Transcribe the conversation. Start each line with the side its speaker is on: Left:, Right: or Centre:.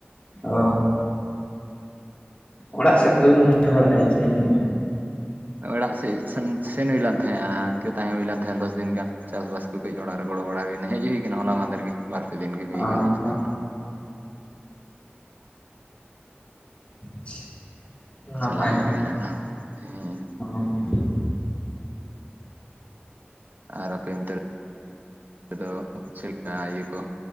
Left: ᱚ ᱚᱲᱟᱜ ᱥᱮᱫ ᱫᱚᱵᱤᱱ ᱢᱚᱱᱮ ᱵᱟᱲᱟᱭ-ᱟ ᱪᱮᱫ <inaudible>
Right: ᱚᱲᱟᱜ ᱥᱮᱫ ᱥᱮᱱ ᱥᱮᱱ ᱦᱩᱭ ᱞᱮᱱ ᱛᱟᱦᱮᱸᱜ-ᱟ ᱤᱱᱠᱟᱹ ᱛᱟᱦᱮᱸ ᱦᱩᱭᱞᱮᱱ ᱛᱟᱦᱮᱸᱜ-ᱟ ᱫᱚᱥᱫᱤᱱ ᱜᱟᱱ ᱪᱟᱥ-ᱵᱟᱥ ᱠᱟᱹᱡ ᱚᱲᱟᱜ ᱨᱮ ᱜᱚᱲᱚ ᱵᱟᱲᱟ ᱦᱩᱭᱮᱱᱟ ᱦᱮᱡ ᱦᱩᱭ ᱠᱟᱱᱟ ᱦᱚᱞᱟ ᱢᱟᱸᱫᱮ ᱨᱮ ᱜᱮ᱾ ᱵᱟᱨ ᱯᱮ ᱫᱤᱱ ᱜᱮ
Left: ᱢᱮᱱᱟ
Right: ᱦᱩᱭ ᱠᱟᱱᱟ ᱦᱮᱡ ᱠᱟᱛᱮᱜ ᱦᱩ
Left: <unintelligible>
Right: ᱪᱟᱞᱟᱣ ᱦᱮᱡ
Left: ᱜᱮ
Right: ᱦᱩᱭ ᱞᱮᱱᱟ᱾ ᱦᱮᱸ
Left: ᱚ᱾
Right: ᱟᱨ ᱟᱯᱮ ᱚᱱᱛᱮ ᱛᱮ ᱫᱚ ᱪᱮᱫ ᱞᱮᱠᱟ ᱤᱭᱟᱹ ᱠᱚ